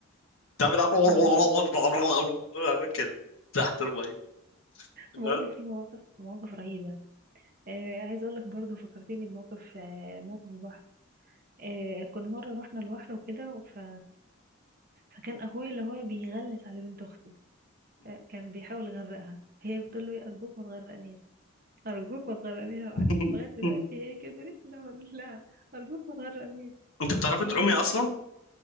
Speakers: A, on the left; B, on the right.
A: تعمل <laughs>
B: مواقف
A: أعمل كده تحت المية
B: بقول
A: ها؟
B: لك في مواقف مواقف رهيبة آه عايزه اقول لك برضه فكرتني بموقف آه موقف البحر آه كنا مرة رحنا البحر وكده ف... فكان اخويا اللي هو بيغلس على بنت اختي آه، كان بيحاول يغرقها هي بتقول له إيه، ارجوك ما تغرقنيش أرجوك ما تغرقنيها وحي-
A: <laughs>
B: لغاية دلوقتي هي كبرت لا بقول لها أرجوك ما تغرقنيش
A: انت بتعرفي
B: هي
A: تعومي
B: خايفة
A: اصلا